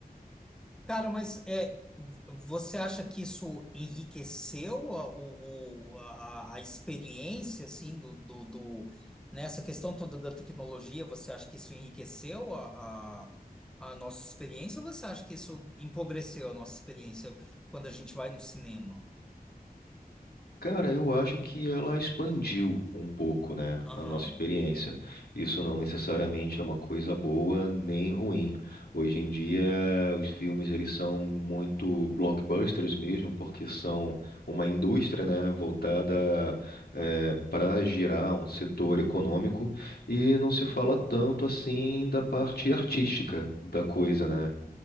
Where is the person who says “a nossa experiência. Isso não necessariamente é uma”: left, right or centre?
Left